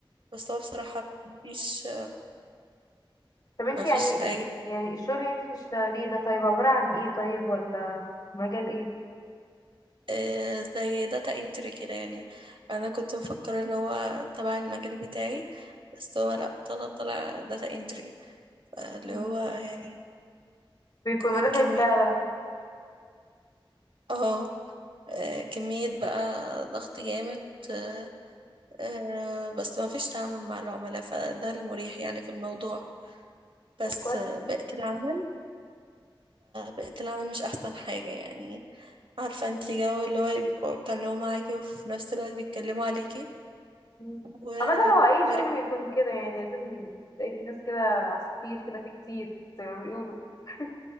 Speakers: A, on the right; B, on the left.
A: بس هو بصراحة مفيش
B: طب انت
A: مفيش
B: يعني
A: أي
B: يعني الشغل اللي انت بتشتغليه ده طيب عبارة عن ايه طيب ولا مجال ايه
A: آه، زي داتا انتري كده يعني انا كنت مفكره ان هو تبع المجال بتاعي بس هو لا طلع طلع داتا انتري اللي
B: مم.
A: هو يعني
B: بيكون
A: كمان
B: رخم
A: كمية
B: فعلا
A: اه آه، كمية بقى ضغط جامد آه، آه، بس ما فيش تعامل مع العملاء فده المريح يعني في الموضوع بس
B: طب كويس
A: آه، بيئة العمل بيئة العمل مش أحسن حاجة يعني عارفة انتي جو اللي هو يبقوا يتكلموا معاكي وفي نفس الوقت بيتكلموا عليكي
B: مم.
A: و <laughs>
B: عامة هو اي شغل
A: مريح.
B: بيكون كده يعني لازم تلاقي في ناس كده عصافير كده في كتير زي ما بيقولوا <laughs>